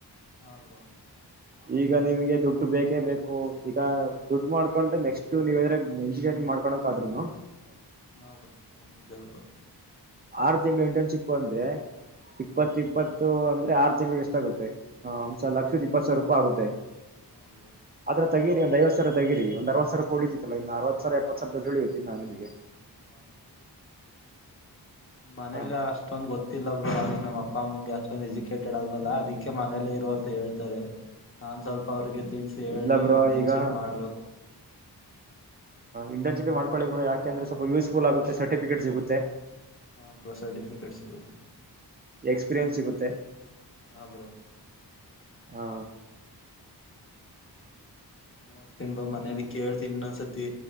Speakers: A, on the left; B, on the right.
A: ಹಾ ಬ್ರೋ
B: ಈಗ ನಿಮಗೆ ದುಡ್ಡು ಬೇಕೇ ಬೇಕು ಈಗ ದುಡ್ಡು ಮಾಡ್ಕೊಂಡೆ ನೆಕ್ಸ್ಟ್ ನೀವ ಎಂಜಿನಿಯರಿಂಗ್ ಮಾಡ್ಕೋಕ್ಾದ್ರ್ನು
A: ಹಾ ಹ ನೀಾವ
B: ಆರು ತಿಂಗಳು ಇಂಟರ್ನ್ಶಿಪ್ ಅಂದ್ರೆ ಇಪ್ಪತ್ತು
A: ಹ್ಮ
B: ಇಪ್ಪತ್ತು ಅಂದ್ರೆ ಆರು ತಿಂಗಳಿಗೆ ಎಷ್ಟ ಆಗುತ್ತೆ ಒಂದ್ಸಲ ಲಕ್ಷದ ಇಪ್ಪತ್ ಸಾವಿರ ರೂಪಾಯಿ ಆಗುತ್ತೆ
A: ಹಾ ಬ್ರೋ
B: ಅದ್ರ ತಗಿರಿ ಒಂದುಐವತ್ತು ಸಾವರ ತಗಿ ಒಂದು ಅವ ಸಾವರೋಳಿತತ್ತಲ್ಲ ಒಂದು ಅವತ್ತು ಸರ ಎಪ್ಪತ್ತು್ದಡ್ಡಳ
A: ಹಾ
B: ಹತಿ ನಾ ನಿಮಗೆ
A: ಹ ್ನೇಲಿ
B: ಹಾ
A: ಅಷ್ಟೊಂದು ಗೊತ್ತಿಲ್ಲ ಬ್ರರು ಅಿಗೆ ನಮ್ಮ ಅಪ್ಪ ಅಮ್ಮಂಗೆ ಅಷ್ಟೊಂದ ಎಜುಕ ಕೆಟ್ಟಡಲ್ವಲ್ಲ ಅದಕ್ಕೆ ಮನೇಲ್ಲೇ ಇರು ಅಂತ ಹೇಳ್ತಾರೆ ನಾನ್ ಸ್ವಲ್ಪ ಅವ್ರಿಗೆ ತಿಳಿಸಿಿ ಹೇಳಿ
B: ಇಲ್ಲ ಬ್ರೋ
A: ಇಂಟರ್ನ್ಶಿಪ್
B: ಈಗ
A: ಮಾಡ್ಬೇಕುರು
B: ಇಂಟರ್ನ್ಿಪ್ ಮಾಡಕೊಳ್ಳಿಬ್ರಾ ಯಾೆಂದ್ರೆ ಸ್ಲ್ಪ ಯೂಸ್ಫುಲ್ ಆಗುತ್ತೆ ಸರ್ಟಫಿಕೇಟ್ ಸಿಗುತ್ತೆ
A: ಹಾ್ರ ಸರ್ಟಿಫಿಕೇಟ್ ಸಿ ಬತ
B: ಎಕ್ಸ್ಪೀರಿಯನ್ಸ್ ಸಿಗುತ್ತೆ
A: ಆ ಬ್ರೋ
B: ಹಾ
A: ನೋತನ್ ಬ ಮನೇಲಿ ಕೇಳ್ತನ್ ಒಂದಸತಿ